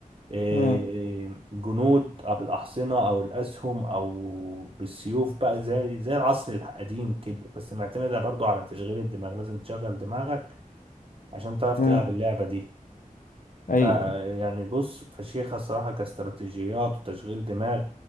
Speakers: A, on the right; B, on the left.
A: آه،
B: مم.
A: جنود أو بالأحصنة أو الأسهم أو بالسيوف بقى زي زي العصر القديم كده بس معتمدة برضو على تشغيل الدماغ لازم تشغل دماغك عشان تعرف
B: مم.
A: تلعب اللعبة دي
B: ايوه
A: فيعني
B: أيوة.
A: بص فشيخة الصراحة كاستراتيجيات وتشغيل دماغ